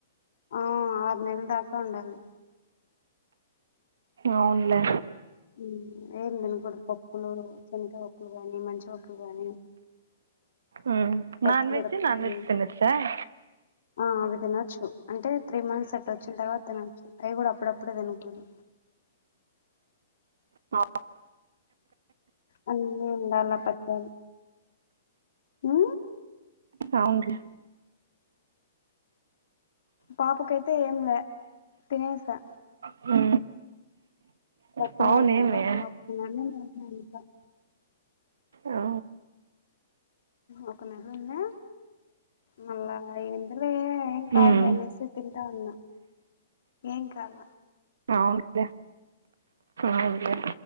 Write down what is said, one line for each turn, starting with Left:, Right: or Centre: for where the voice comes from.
Left: ఆ ఆరు నెల్ దాకా ఉండాలి
Right: అవున్లే
Left: ఊ ఏం దినకోడ పప్పులూ చెన్గవప్పులు గాని మంచి వప్పులు గానీ
Right: ఉ
Left: పచ్చిమిరపకాయలు
Right: నాన్ వెజ్ నాన్ వె తినొచ్చాయ్
Left: ఆ అవి తినొచ్చు అంటే త్రీ మంత్స్ అట్ట ఒచ్చిన్ తర్వా తినొచ్చు అయ్ గూడ అప్పుడప్పుడే దినకూడదు
Right: అ
Left: అన్నీ ఉండాల్ల పచ్చాలు ఊ
Right: అవున్లే
Left: పాపకైతే ఏం లే తినేసా
Right: హూ
Left: పత్యం
Right: సౌండ్
Left: ఏం
Right: ఏమీ
Left: <unintelligible>
Right: ఆ
Left: ఒక నెల ఉందా మళ్ళా ఇందులో ఏం కావులే
Right: ఉమ్.
Left: అనేసి తింటా ఉన్నా ఏం కాల
Right: అవున్లే అవున్లే